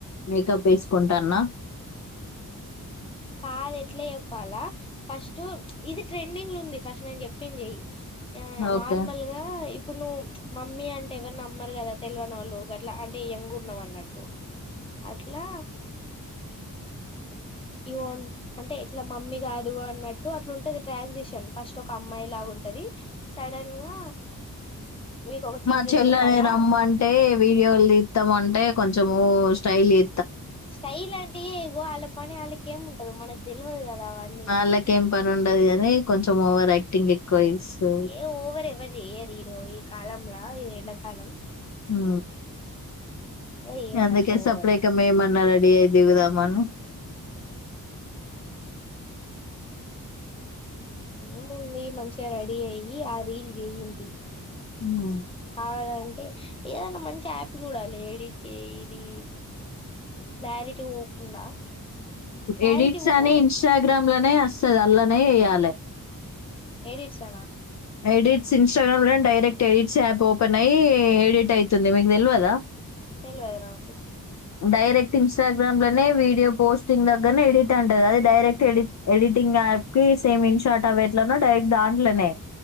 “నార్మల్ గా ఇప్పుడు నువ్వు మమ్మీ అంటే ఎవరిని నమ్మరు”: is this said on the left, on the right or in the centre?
Left